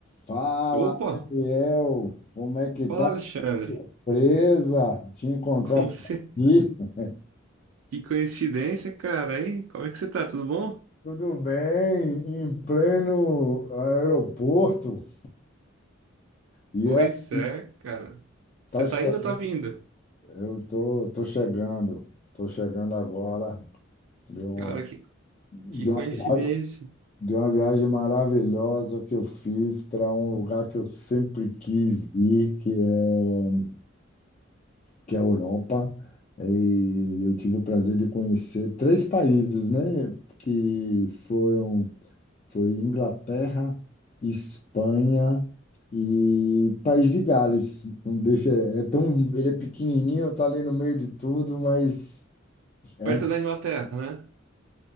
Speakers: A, on the left (about 35°); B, on the right (about 85°).
A: Fala,
B: Opa,
A: Daniel, como é que tá?
B: fala Alexandre.
A: Surpresa te encontrar
B: Como
A: por
B: você...
A: aqui.
B: Que coincidência, cara, hein? Como é que você tá? Tudo bom?
A: Tudo bem, em pleno aeroporto. E
B: Pois
A: é,
B: é, cara. Você
A: tá chegando.
B: tá indo ou tá vindo?
A: Eu tô, tô chegando, tô chegando agora de, um,
B: Cara, que,
A: de,
B: que
A: uma,
B: coincidência.
A: viagem de uma viagem maravilhosa que eu fiz para um lugar que eu sempre quis ir, que é que é a Europa, eh, e eu tive o prazer de conhecer três países, né? Que foram, foi Inglaterra, Espanha e País de Gales. Não deixa, é tão, ele é pequenininho, tá ali no meio de tudo, mas é
B: Perto
A: um
B: da Inglaterra, né?